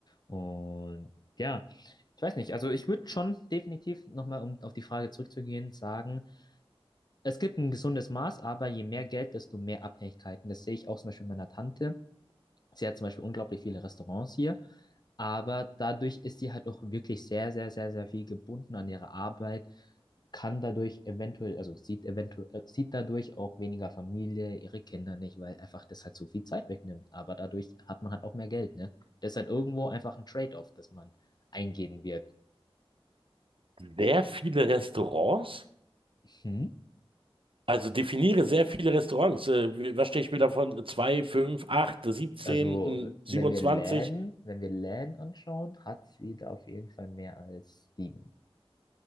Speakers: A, on the left; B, on the right.
A: Und ja, ich weiß nicht, also ich würde schon definitiv nochmal, um auf die Frage zurückzugehen, sagen, es gibt ein gesundes Maß, aber je mehr Geld, desto mehr Abhängigkeiten. Das sehe ich auch zum Beispiel bei meiner Tante. Sie hat zum Beispiel unglaublich viele Restaurants hier, aber dadurch ist sie halt auch wirklich sehr, sehr, sehr, sehr viel gebunden an ihre Arbeit, kann dadurch eventuell, also sieht eventuell, äh, sieht dadurch auch weniger Familie, ihre Kinder nicht, weil einfach das halt so viel Zeit wegnimmt. Aber dadurch hat man halt auch mehr Geld, ne? Das ist halt irgendwo einfach ein Trade-off, das man eingehen wird.
B: Sehr viele Restaurants,
A: Hm?
B: also definiere sehr viele Restaurants. Äh, wie- was stehe ich mir davon? 2, 5, 8, 17,
A: Also,
B: 27.
A: wenn wir LAN, wenn wir LAN anschauen, hat sie da auf jeden Fall mehr als sieben.